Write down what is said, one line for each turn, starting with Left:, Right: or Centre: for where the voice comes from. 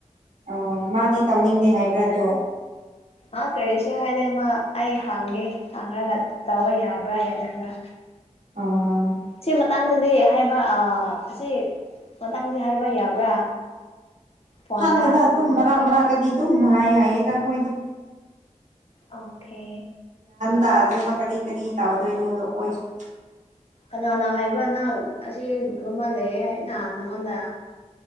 Right: ꯑꯣ ꯃꯥꯗꯤ ꯇꯧꯅꯤꯡꯗꯦ ꯍꯥꯏꯕ꯭ꯔꯥ ꯑꯗꯣ
Left: ꯑꯥ ꯀꯔꯤꯁꯨ ꯍꯥꯏꯗꯦ ꯃꯥ ꯑꯩ ꯍꯥꯡꯒꯦ ꯍꯪꯔꯒ ꯇꯧꯕ ꯌꯥꯕ꯭ꯔꯥ ꯌꯥꯗꯕ꯭ꯔꯥ
Right: ꯑꯣ
Left: ꯁꯦꯃ ꯃꯇꯥꯡꯗꯗꯤ ꯍꯥꯏꯕ ꯑꯥ ꯑꯁꯤ ꯃꯇꯥꯡꯗꯤ ꯍꯥꯏꯕ ꯌꯥꯕ꯭ꯔꯥ ꯐꯣꯟꯗ
Right: ꯇꯪꯗꯦꯗ ꯑꯗꯨꯝ ꯃꯔꯥꯛ ꯃꯔꯥꯛꯇꯗꯤ ꯑꯗꯨꯝ ꯃꯥꯏ ꯍꯥꯏꯌꯦꯗ ꯈꯣꯏꯗꯤ
Left: ꯑꯣꯀꯦ
Right: ꯇꯗ꯭ꯔꯦꯕ ꯀꯔꯤ ꯀꯔꯤ ꯇꯥꯎꯗꯣꯏꯅꯣꯗꯣ ꯀꯣꯏꯁꯨ
Left: ꯀꯅꯥꯅ ꯍꯥꯏꯕ꯭ꯔꯥ ꯅꯪ ꯑꯁꯤꯒꯨꯝꯕ ꯑꯃ ꯂꯩꯌꯦ ꯍꯥꯏꯅ ꯅꯪꯉꯣꯟꯗ